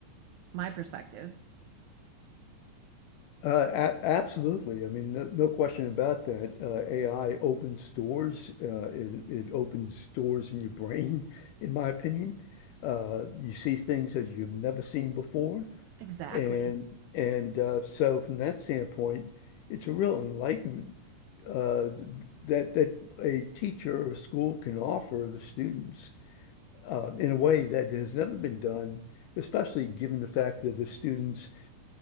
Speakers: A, on the right; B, on the left.
A: my perspective.
B: Uh, a absolutely. I mean, no, no question about that. Uh, AI opens doors. Uh, it, it opens doors in your brain, <laughs> in my opinion. Uh, you see things that you've never seen before,
A: Exactly.
B: and and uh, so from that standpoint, it's a real enlightenment uh, that that a teacher or school can offer the students uh, in a way that has never been done, especially given the fact that the students